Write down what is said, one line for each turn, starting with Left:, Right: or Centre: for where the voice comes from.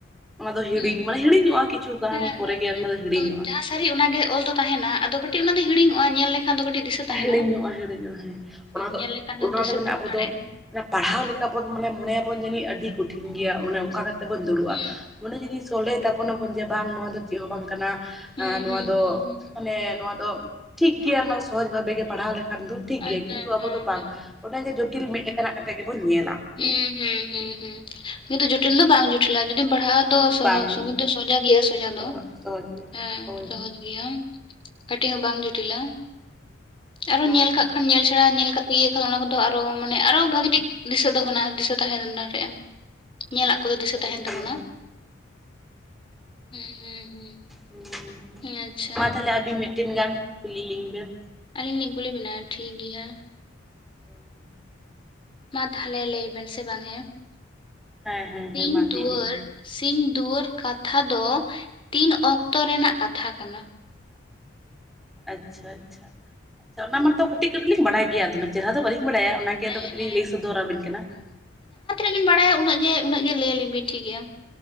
Centre: ᱚᱱᱟ ᱫᱚ ᱦᱤᱲᱤᱧ
Left: ᱦᱮᱸ
Centre: ᱢᱟᱱᱮ ᱦᱤᱲᱤᱧᱚᱜᱼᱟ ᱠᱤᱪᱷᱩ ᱜᱟᱱ
Left: ᱦᱮᱸ
Centre: ᱯᱚᱨᱮ
Left: ᱦᱮᱸ
Centre: ᱜᱮ ᱢᱟᱱᱮ ᱦᱤᱲᱤᱧᱚᱜᱼᱟ
Left: ᱟᱫᱚ ᱡᱟᱦᱟᱸ
Centre: ᱾
Left: ᱥᱟᱹᱨᱤ ᱚᱱᱟᱜᱮ ᱚᱞ ᱫᱚ ᱛᱟᱦᱮᱱᱟ ᱟᱫᱚ ᱠᱟᱹᱴᱤᱡ ᱚᱱᱟ ᱫᱚ ᱦᱤᱲᱤᱧᱚᱜᱼᱟ ᱧᱮᱞ ᱞᱮᱠᱷᱟᱱ ᱫᱚ ᱠᱟᱹᱴᱤᱡ ᱫᱤᱥᱟᱹ ᱛᱟᱦᱮᱱᱟ
Centre: ᱦᱤᱲᱤᱧᱚᱜᱼᱟ ᱦᱤᱲᱤᱧᱚᱜᱼᱟ ᱦᱮᱸ ᱚᱱᱟ ᱫᱚ
Left: ᱧᱮᱞ ᱞᱮᱠᱷᱟᱱ ᱫᱚᱢ
Centre: ᱚᱱᱟ
Left: ᱫᱤᱥᱟᱹ
Centre: ᱫᱚ ᱢᱮᱱᱟᱜᱼᱟ
Left: ᱫᱚᱦᱚ
Centre: ᱟᱵᱚ
Left: ᱫᱟᱲᱮᱭᱟᱜᱼᱟ
Centre: ᱫᱚ ᱯᱟᱲᱦᱟᱣ ᱞᱮᱠᱟ ᱵᱚᱱ ᱢᱟᱱᱮ ᱢᱚᱱᱮ ᱟᱵᱚᱱ ᱡᱟᱹᱱᱤᱡ ᱟᱹᱰᱤ ᱠᱚᱴᱷᱤᱱ ᱜᱮᱭᱟ ᱚᱱᱮ ᱚᱱᱠᱟ ᱛᱮᱵᱚᱱ ᱫᱩᱲᱩᱵᱼᱟ
Left: ᱦᱩᱸ
Centre: ᱢᱚᱱᱮ ᱡᱩᱫᱤ ᱥᱚᱞᱦᱮ ᱛᱟᱵᱚᱱᱟᱵᱚᱱ ᱡᱮ ᱵᱟᱝ ᱱᱚᱣᱟ ᱫᱚ ᱪᱮᱫ ᱦᱚᱸ ᱵᱟᱝ ᱠᱟᱱᱟ
Left: ᱦᱩᱸ
Centre: ᱱᱚᱣᱟ
Left: ᱦᱩᱸ
Centre: ᱫᱚ
Left: ᱦᱩᱸ ᱦᱩᱸ
Centre: ᱢᱟᱱᱮ ᱱᱚᱣᱟ ᱫᱚ ᱴᱷᱤᱠ ᱜᱮᱭᱟ ᱱᱚᱣᱟ ᱥᱚᱦᱚᱡ ᱵᱷᱟᱵᱮ ᱜᱮ ᱯᱟᱲᱦᱟᱣ ᱞᱮᱠᱷᱟᱱ ᱫᱚ ᱴᱷᱤᱠ
Left: ᱟᱫᱚ
Centre: ᱜᱮᱭᱟ ᱠᱤᱱᱛᱩ ᱟᱵᱚ
Left: ᱦᱮᱸ ᱦᱮᱸ
Centre: ᱫᱚ ᱵᱟᱝ ᱚᱰᱟᱜᱮ ᱡᱚᱴᱤᱞ ᱢᱤᱫ ᱞᱮᱠᱟᱱᱟᱜ ᱠᱟᱛᱮ ᱜᱮᱵᱚᱱ ᱧᱮᱞᱟ
Left: ᱦᱩᱸ ᱦᱩᱸ ᱦᱩᱸ ᱦᱩᱸ ᱠᱤᱱᱛᱩ ᱡᱚᱴᱤᱞ ᱫᱚ ᱵᱟᱝ ᱡᱚᱴᱞᱟ ᱡᱩᱫᱤᱢ ᱯᱟᱲᱦᱟᱜᱼᱟ ᱫᱚ ᱥᱚᱦᱚ
Centre: ᱵᱟᱝ
Left: ᱥᱚᱦᱚᱡ ᱫᱚ ᱥᱚᱡᱟ ᱜᱮᱭᱟ ᱥᱳᱚᱡᱟ
Centre: ᱥᱚᱦᱚᱡ
Left: ᱫᱚ
Centre: ᱥᱚᱦᱚᱡ ᱜᱮ
Left: ᱦᱮᱸ
Centre: ᱦᱳᱭ
Left: ᱥᱚᱦᱚᱡ ᱜᱮ ᱜᱮᱭᱟ ᱠᱟᱹᱴᱤᱡ ᱦᱚᱸ ᱵᱟᱝ ᱡᱚᱴᱤᱞᱟ ᱟᱨᱚ
Centre: ᱵᱟᱝ
Left: ᱧᱮᱞ ᱠᱟᱜ ᱠᱷᱟᱱ ᱧᱮᱞ ᱪᱷᱟᱲᱟ ᱧᱮᱞ ᱠᱟᱛᱮ ᱤᱭᱟᱹ ᱠᱷᱟᱱ ᱚᱱᱟ ᱠᱚᱫᱚ ᱟᱨᱚ ᱢᱟᱱᱮ ᱟᱨᱚ ᱵᱷᱟᱹᱜᱤ ᱴᱷᱤᱠ ᱫᱤᱥᱟᱹ ᱫᱚᱦᱚᱱᱟ ᱫᱤᱥᱟᱹ ᱛᱟᱦᱮ ᱫᱟᱲᱮᱭᱟᱜᱼᱟ ᱧᱮᱞᱟᱜ ᱠᱚᱫᱚ ᱫᱤᱥᱟᱹ
Centre: ᱦᱳᱭ
Left: ᱛᱟᱦᱮᱸᱱ
Centre: ᱦᱳᱭ
Left: ᱛᱟᱵᱚᱱᱟ ᱦᱩᱸ ᱦᱩᱸ ᱦᱩᱸ
Centre: ᱦᱩᱸ
Left: ᱦᱮᱸ, ᱟᱪᱪᱷᱟ
Centre: ᱢᱟ ᱛᱟᱦᱞᱮ ᱟᱹᱵᱤᱱ ᱢᱤᱫᱴᱮᱱ ᱜᱟᱱ ᱠᱩᱞᱤ ᱞᱤᱝ ᱵᱮᱱ
Left: ᱟᱹᱞᱤᱧ ᱞᱤᱧ ᱠᱩᱞᱤ ᱵᱤᱱᱟ ᱴᱷᱤᱠ ᱜᱮᱭᱟ
Centre: <unintelligible>
Left: ᱢᱟ ᱛᱟᱦᱚᱞᱮ ᱞᱟᱹᱭ ᱵᱮᱱ ᱥᱮ ᱵᱟᱝ ᱦᱮᱸ
Centre: ᱦᱮᱸ ᱦᱮᱸ
Left: ᱥᱤᱧ
Centre: ᱦᱮᱸ ᱢᱟ
Left: ᱫᱩᱣᱟᱹᱨ
Centre: ᱞᱟᱹᱭ ᱵᱤᱱ
Left: ᱥᱤᱧ ᱫᱩᱣᱟᱹᱨ ᱠᱟᱛᱷᱟ ᱫᱚ ᱛᱤᱱ ᱚᱠᱛᱚ ᱨᱮᱱᱟᱜ ᱠᱟᱛᱷᱟ ᱠᱟᱱᱟ?
Centre: ᱟᱪᱪᱷᱟ ᱟᱪᱪᱷᱟ ᱟᱪᱪᱷᱟ ᱚᱱᱟ ᱢᱟᱛᱚ ᱠᱟᱹᱴᱤᱡ ᱠᱟᱹᱴᱤᱡ ᱞᱤᱧ ᱵᱟᱲᱟᱭ ᱜᱮᱭᱟ ᱫᱚᱢᱮ ᱪᱮᱦᱨᱟ ᱫᱚ ᱵᱟᱹᱞᱤᱧ ᱵᱟᱲᱟᱭᱟ ᱚᱱᱟᱜᱮ
Left: ᱦᱮᱸ
Centre: ᱟᱫᱚ ᱠᱟᱹᱴᱤᱡ ᱞᱤᱧ
Left: ᱦᱮᱸ
Centre: ᱞᱟᱹᱭ ᱥᱚᱫᱚᱨ ᱟᱵᱤᱱ ᱠᱟᱱᱟ
Left: ᱱᱟ. ᱜ ᱵᱤᱱ ᱵᱟᱲᱟᱭᱟ ᱩᱱᱟᱜ ᱜᱮ ᱩᱱᱟᱹᱜ ᱜᱮ ᱞᱟᱹᱭ ᱟᱞᱤᱧ ᱵᱤᱱ ᱴᱷᱤᱠ ᱜᱮᱭᱟ